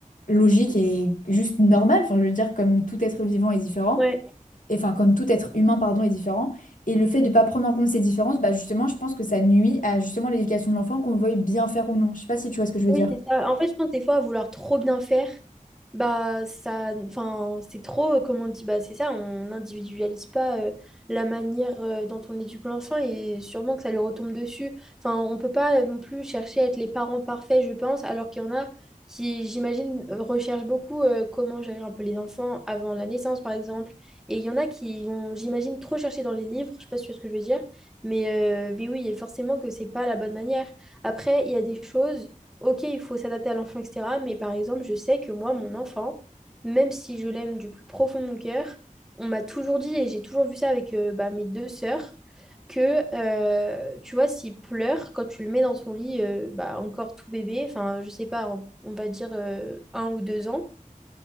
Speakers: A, on the left; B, in the centre.
A: logique et juste normal. Enfin, je veux dire, comme tout être vivant est différent,
B: ouais,
A: et enfin, comme tout être humain, pardon, est différent. Et le fait de pas prendre en compte ces différences, bah justement, je pense que ça nuit à justement l'éducation de l'enfant, qu'on veuille bien faire ou non. Je sais pas si tu vois ce que je veux
B: Oui,
A: dire.
B: c'est ça. En fait, je pense des fois à vouloir trop bien faire, bah ça, enfin, c'est trop, euh, comme on dit, bah c'est ça, on n'individualise pas euh, la manière euh, dont on éduque l'enfant et sûrement que ça lui retombe dessus. Enfin, on peut pas euh, non plus chercher à être les parents parfaits, je pense, alors qu'il y en a qui, j'imagine, euh, recherchent beaucoup euh, comment gérer un peu les enfants avant la naissance, par exemple. Et il y en a qui vont, j'imagine, trop chercher dans les livres, je sais pas si tu vois ce que je veux dire, mais, euh, mais oui, et forcément que c'est pas la bonne manière. Après, il y a des choses ok, il faut s'adapter à l'enfant, etc. Mais par exemple, je sais que moi, mon enfant, même si je l'aime du plus profond de mon cœur, on m'a toujours dit, et j'ai toujours vu ça avec euh, bah, mes deux sœurs, que euh, tu vois, s'il pleure, quand tu le mets dans son lit, euh, bah, encore tout bébé, enfin, je sais pas, on, on va dire euh, un ou deux ans,